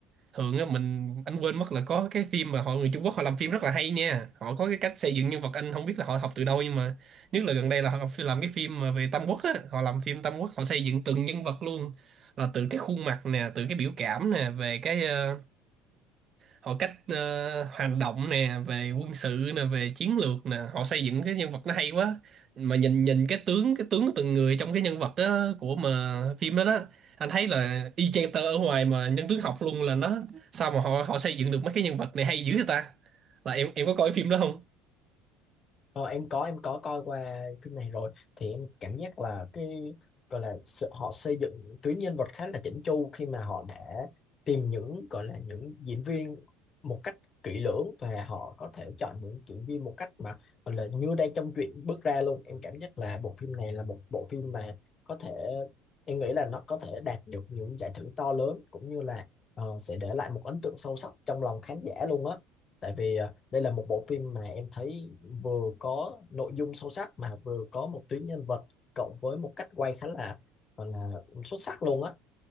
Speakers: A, on the right; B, on the left.
A: thường á mình anh quên mất là có cái phim mà họ người Trung Quốc họ làm phim rất là hay nha họ có cái cách xây dựng nhân vật anh không biết là họ học từ đâu nhưng mà nhất là gần đây là họ làm cái phim mà về Tam Quốc á họ làm phim Tam Quốc họ xây dựng từng nhân vật luôn là từ cái khuôn mặt nè từ cái biểu cảm nè về cái ờ, họ cách ờ, hành động nè về quân sự nè về chiến lược nè họ xây dựng cái nhân vật nó hay quá mà nhìn nhìn cái tướng cái tướng của từng người trong cái nhân vật đó, của mà phim đó đó anh thấy là y chang tơ ở ngoài mà nhân tướng học luôn là nó sao mà họ họ xây dựng được mấy cái nhân vật này hay dữ vậy ta là em em có coi phim đó không
B: Ờ, em có em có coi qua phim này rồi thì em cảm giác là cái gọi là sự, họ xây dựng tuyến nhân vật khá là chỉnh chu khi mà họ đã tìm những gọi là những diễn viên một cách kỹ lưỡng và họ có thể chọn những diễn viên một cách mà gọi là như đang trong truyện bước ra luôn em cảm giác là bộ phim này là một bộ phim mà có thể em nghĩ là nó có thể đạt được những giải thưởng to lớn cũng như là ờ, sẽ để lại một ấn tượng sâu sắc trong lòng khán giả luôn á tại vì ờ, đây là một bộ phim mà em thấy vừa có nội dung sâu sắc mà vừa có một tuyến nhân vật cộng với một cách quay khá là gọi là xuất sắc luôn á